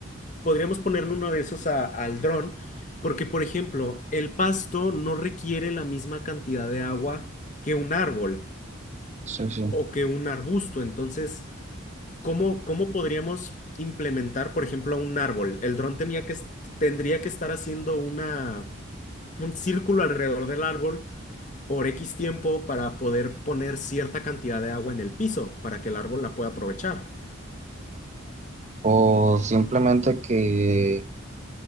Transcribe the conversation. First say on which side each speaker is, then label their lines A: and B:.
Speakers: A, on the left; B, on the right.
A: podríamos ponerle uno de esos a- al dron, porque, por ejemplo, el pasto no requiere la misma cantidad de agua que un árbol
B: sí, sí.
A: o que un arbusto. Entonces, ¿Cómo, cómo podríamos implementar, por ejemplo, a un árbol? El dron tenía que, est- tendría que estar haciendo una, un círculo alrededor del árbol por X tiempo para poder poner cierta cantidad de agua en el piso para que el árbol la pueda aprovechar.
B: O simplemente que